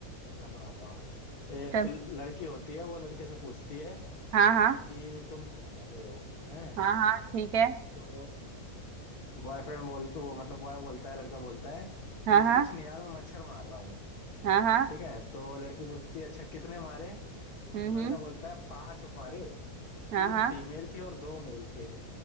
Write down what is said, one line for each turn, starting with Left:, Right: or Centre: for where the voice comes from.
Left: मैं सुनाता हूँ एक
Right: चल
Left: लड़की होती है वो लड़के से पूछती है
Right: हाँ हाँ
Left: कि तुम क्या कर रहे हो हैं
Right: हाँ हाँ ठीक है
Left: तो बॉयफ्रेंड बोल तो वो मतलब बॉय बोलता है लड़का बोलता है
Right: हाँ
Left: कि
Right: हाँ
Left: कुछ नहीं यार मैं मच्छर मार रहा हूँ
Right: हाँ हाँ
Left: ठीक है तो लड़की पूछती है अच्छा कितने मारे
Right: हम्म
Left: तो
Right: हम्म
Left: लड़का बोलता है पांच मारे
Right: हाँ
Left: तीन
Right: हाँ
Left: फीमेल थे और दो मेल थे